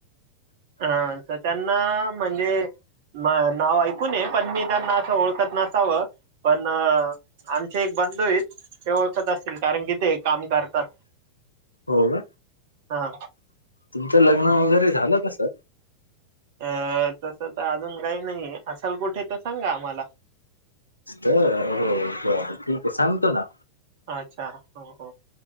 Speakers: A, on the right; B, on the left.
A: अ तर त्यांना म्हणजे? नाव ऐकून ये पण मी त्यांना असं ओळखत नसावं पण. <inaudible> आमचे एक बंधू ते ओळखत असतील कारण कि काम करतात.
B: हो का?
A: हा
B: तुमचं लग्न वगैरे झालं का सर?
A: अं तस तर अजून काही नाहीय असाल कुठे तर सांगा आम्हाला.
B: हो बर ठीक आहे सांगतो ना.
A: अच्छा हो हो!